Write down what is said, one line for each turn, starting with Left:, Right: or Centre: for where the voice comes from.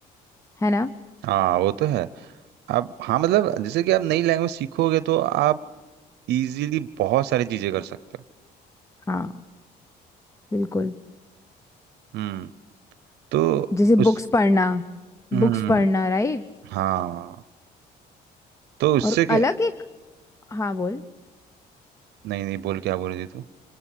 Left: है ना
Right: हाँ वो तो है आप हाँ मतलब जैसे कि आप नई लैंग्वेज सीखोगे तो आप इजीली बहुत सारी चीजें कर सकते हो
Left: हाँ बिल्कुल
Right: हम्म तो
Left: जैसे
Right: उस
Left: बुक्स पढ़ना
Right: हम्म
Left: बुक्स पढ़ना राइट
Right: हाँ तो उससे
Left: और
Right: क्या
Left: अलग एक हाँ बोल
Right: नहीं नहीं बोल क्या बोल रही थी तू